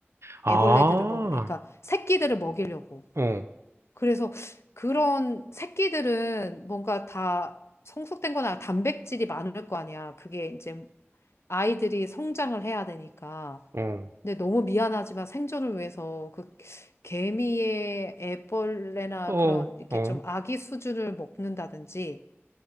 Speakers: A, on the right (about 80°); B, on the left (about 80°).
A: 아,
B: 애벌레들을
A: 어,
B: 먹이, 그러니까 새끼들을 먹이려고.
A: 어,
B: 그래서 그런 새끼들은 뭔가 다 성숙된 거나 단백질이 많을 거 아니야. 그게 이제 아이들이 성장을 해야 되니까.
A: 어,
B: 근데 너무 미안하지만 생존을 위해서 그 개미의 애벌레나
A: 어, 어,
B: 그런 이렇게
A: 어,
B: 좀 아기 수준을 먹는다든지